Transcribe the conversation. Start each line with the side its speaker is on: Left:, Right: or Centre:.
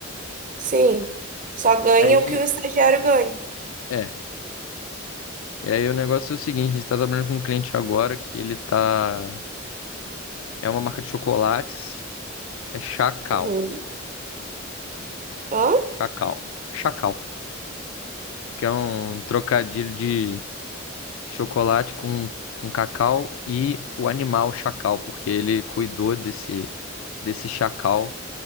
Right: Sim, só ganha
Left: Aí,
Right: o que o estagiário ganha.
Left: é. E aí o negócio é o seguinte, a gente tá trabalhando com um cliente agora que ele tá. É uma marca de chocolates que é Chacal.
Right: Uhum. Hã?
Left: Chacal. Chacal. Que é um trocadilho de chocolate com, com cacau e o animal chacal, porque ele cuidou desse, desse chacal.